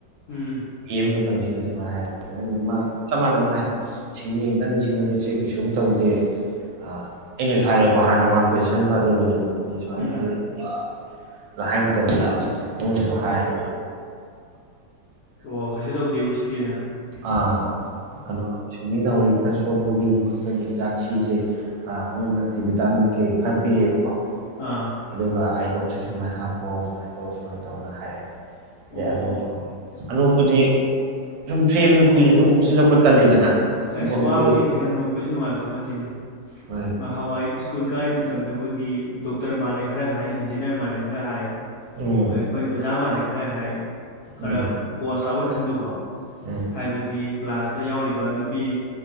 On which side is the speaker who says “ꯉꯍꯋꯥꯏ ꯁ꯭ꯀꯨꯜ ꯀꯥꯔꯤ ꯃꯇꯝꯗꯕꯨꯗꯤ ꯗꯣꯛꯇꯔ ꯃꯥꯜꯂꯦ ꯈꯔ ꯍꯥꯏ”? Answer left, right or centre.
Left